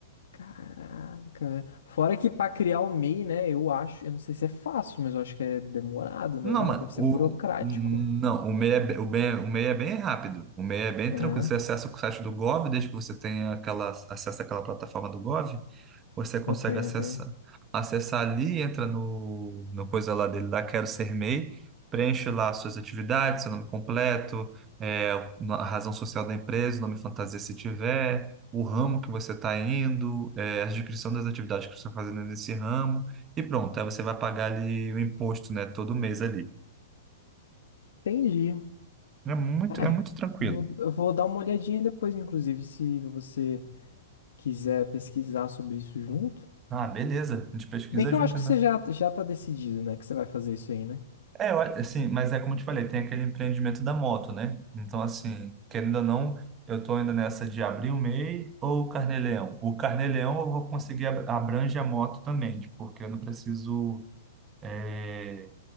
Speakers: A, on the left; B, on the right.
A: caraca. velho. Fora que pra criar o MEI, né? Eu acho. Eu não sei se é fácil, mas eu acho que é demorado, não
B: Não,
A: é não?
B: mano,
A: Deve ser
B: o,
A: burocrático.
B: não, o MEI é, be- o bem, o MEI é bem rápido. O MEI é bem
A: É,
B: tranquilo. Você acessa o site do Gov, desde que você tenha aquela, acesso àquela plataforma do Gov, você consegue
A: eu tenho,
B: acessar.
A: eu tenho.
B: Acessar ali, entra no, no coisa lá dele, lá Quero Ser MEI, preenche lá suas atividades, seu nome completo, é, a razão social da empresa, o nome fantasia se tiver, o ramo que você está indo, é, a descrição das atividades que você está fazendo nesse ramo, e pronto, aí você vai pagar ali o imposto, né, todo mês ali.
A: Entendi.
B: É muito,
A: É,
B: é muito tranquilo.
A: vou- eu vou dar uma olhadinha depois, inclusive, se você quiser pesquisar sobre isso junto.
B: Ah, beleza, a gente pesquisa
A: Se Bem que
B: junto,
A: eu acho que
B: então.
A: você já, já tá decidido, né? Que você vai fazer isso aí, né?
B: É, eu a- assim, mas é como eu te falei, tem aquele empreendimento da moto, né? Então, assim, querendo ou não, eu tô ainda nessa de abrir o MEI ou o Carnê-Leão. O Carnê-Leão eu vou conseguir ab- abrange a moto também, tipo, porque eu não preciso, é,